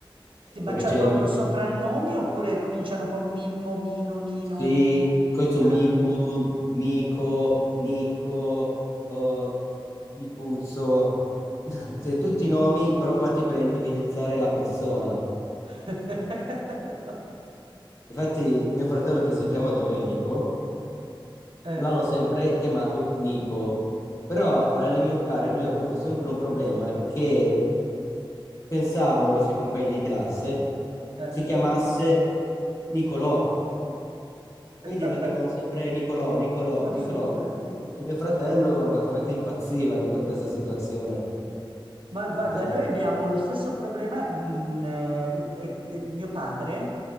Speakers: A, on the right; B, on the left.
A: Ti- Ma
B: perché
A: cioè
B: c'è,
A: proprio
B: Mi-
A: soprannomi oppure cominciano con Mimmo, Mino, Nino?
B: sì, questo
A: Ah.
B: Mimmo, Mico, Nico, oh, Nicuzzo, <laughs> cioè, tutti i nomi però fatti per individuare la persona.
A: <laughs>
B: Infatti mio fratello che si chiama Domenico,
A: Eh.
B: lo hanno sempre chiamato Nico. Però all'elementare
A: Eh,
B: lui ha avuto sempre un problema che pensavano i suoi compagni di classe
A: eh,
B: si chiamasse Nicolò.
A: beh,
B: Quindi lo chiamavano
A: beh,
B: sempre Nicolò, Nicolò,
A: ma
B: Nicolò.
A: figurati.
B: Eh, E mio fratello naturalmente impazziva dietro questa situazione.
A: Ma guarda,
B: Perché...
A: noi abbiamo lo stesso problema, mm, eh, i- eh, eh, mio padre.